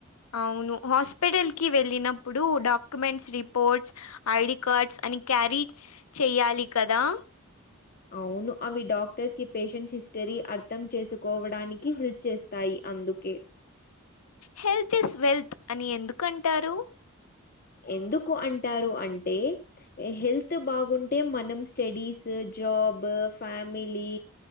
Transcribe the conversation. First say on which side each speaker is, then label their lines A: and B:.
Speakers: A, on the left; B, on the left.
A: అవును హాస్పిటల్ కి వెళ్ళినప్పుడు డాక్యుమెంట్స్ రిపోర్ట్స్ ఐడి కార్డ్స్ అని క్యారీ చెయ్యాలి కదా
B: అవును అవి డాక్టర్స్ కి పేషెంట్స్ హిస్టరీ అర్థం చేసుకోవడానికి హెల్ప్ చేస్త తాయి అందుకే
A: హెల్త్ ఇస్ వెల్త్ అని ఎందుకంటారు
B: ఎందుకు అంటారు అంటే హెల్త్ బాగుంటే మనం స్టడీస్ జాబ్ ఫ్యామిలీ